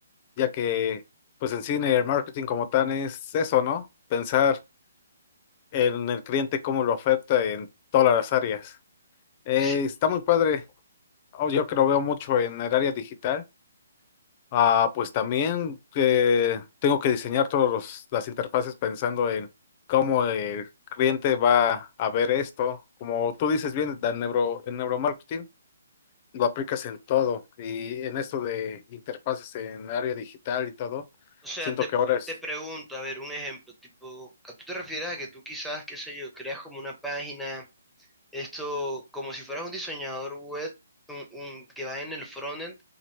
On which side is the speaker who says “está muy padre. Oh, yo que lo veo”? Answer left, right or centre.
Left